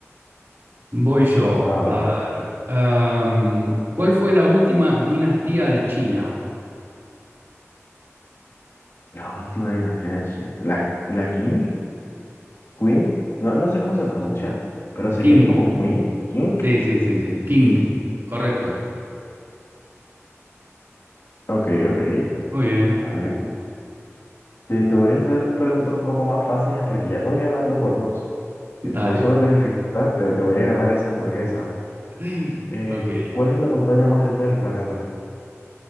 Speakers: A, on the right; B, on the left.
A: Voy yo.
B: Bueno,
A: A
B: la,
A: ver. Em, ¿cuál fue la última dinastía de China?
B: la última y nos queda decir La, la King, Queen, no, no sé cómo
A: Sí,
B: se pronuncia,
A: sí.
B: pero sé
A: King.
B: que es como Queen, King.
A: Sí, sí, sí, sí. King. Correcto.
B: Ok, ok.
A: Muy bien.
B: A ver, te, te voy a hacer preguntas un poco más fáciles porque ya te voy ganando por dos. Si tú
A: Dale.
B: no subes la dificultad, te, te voy a ganar esa hamburguesa.
A: <laughs>
B: Eh,
A: Ok.
B: ¿cuál es la montaña más alta del planeta?